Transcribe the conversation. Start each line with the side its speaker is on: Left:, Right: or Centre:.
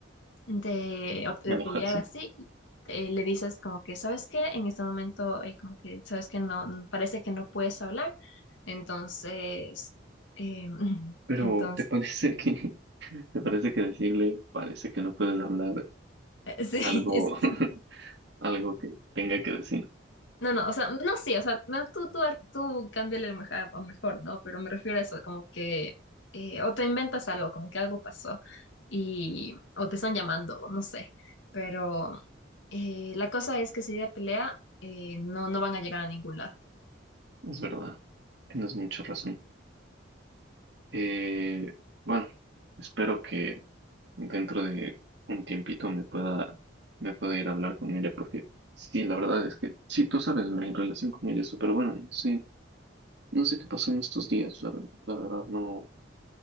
Left: de, o de
Right: Enojarse.
Left: pelear así, eh, le dices como que, ¿sabes qué? En este momento, eh, como que, ¿sabes que No, mm, parece que no puedes hablar. Entonces, eh, <laughs>
Right: Pero
Left: entonces,
Right: ¿te parece que, <laughs> te parece que decirle, parece que no puedes hablar
Left: eh, <laughs> sí,
Right: algo,
Left: es
Right: <laughs>
Left: que-
Right: algo que tenga que decir?
Left: no, no, o sea, no, no, sí, o sea, no, tú, tú, tú cámbiale lo mejor, a mejor, ¿no? Pero me refiero a eso, como que, eh, o te inventas algo, como que algo pasó y, o te están llamando, o no sé, pero eh, la cosa es que si ella pelea, eh, no, no van a llegar a ningún lado.
Right: Es verdad. Tienes mucha razón. Eh, bueno, espero que dentro de un tiempito me pueda, me pueda ir a hablar con ella, porque sí, la verdad es que, sí, tú sabes, mi relación con ella es súper buena, no sé, no sé qué pasó en estos días, la, ver- la verdad no,